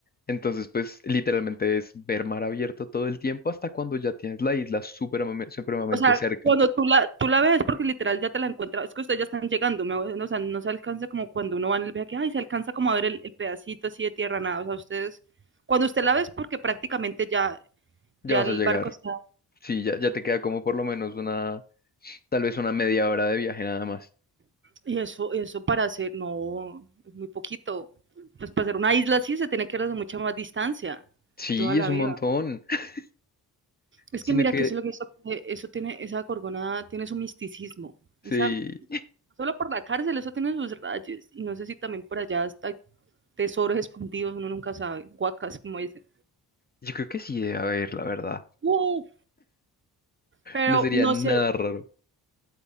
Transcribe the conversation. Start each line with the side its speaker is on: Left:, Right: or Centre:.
Left: Entonces, pues literalmente es ver mar abierto todo el tiempo hasta cuando ya tienes la isla supremame- supremamente
Right: o sea,
Left: cerca.
Right: cuando tú la, tú la ves, porque literal ya te la encuentras, es que ustedes ya están llegando, ¿me? o sea, no se alcanza como cuando uno va en el viaje, que, ay, se alcanza como a ver el, el, pedacito así de tierra, nada, o sea, ustedes, cuando usted la ves, porque prácticamente ya,
Left: Ya
Right: ya
Left: vas
Right: el
Left: a llegar.
Right: barco está,
Left: Sí, ya, ya te queda como por lo menos una, tal vez una media hora de viaje nada más.
Right: y eso, eso para hacer, no, es muy poquito, pues para hacer una isla así se tiene que ir de mucha más distancia,
Left: Sí,
Right: toda la
Left: es un
Right: vida.
Left: montón. <laughs>
Right: Es
Left: Sino
Right: que mira
Left: que,
Right: que eso es lo que eso, eso tiene, esa gorgona tiene su misticismo,
Left: sí,
Right: esa solo por la cárcel, eso tiene sus rayos. Y no sé si también por allá hay tesoros escondidos, uno nunca sabe. Guacas, como dicen.
Left: yo creo que sí debe haber, la verdad.
Right: ¡Wow! Pero
Left: No sería
Right: no
Left: nada
Right: sé,
Left: raro.